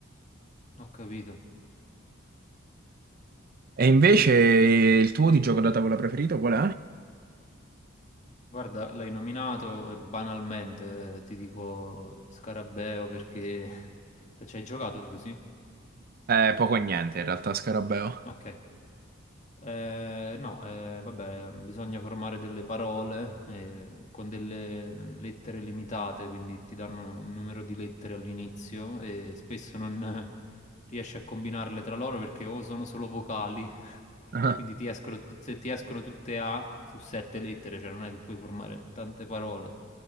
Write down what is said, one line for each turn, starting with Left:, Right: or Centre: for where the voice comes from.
Left: ho capito.
Right: E invece il tuo di gioco da tavola preferito qual
Left: Guarda, l'hai nominato eh, banalmente, eh, ti dico Scarabeo perché... <laughs> Ci hai giocato tu, sì?
Right: è? Eh, poco e niente in realtà, Scarabeo.
Left: Ok. Eh, no, eh, vabbè, bisogna formare delle parole eh, con delle lettere limitate, quindi ti danno un numero di lettere all'inizio e spesso non <laughs> eh, riesci a combinarle tra loro perché o sono solo vocali, <laughs>
Right: Ah,
Left: quindi ti escono, tut- se ti escono tutte A su sette lettere, cioè non è che puoi formare tante parole,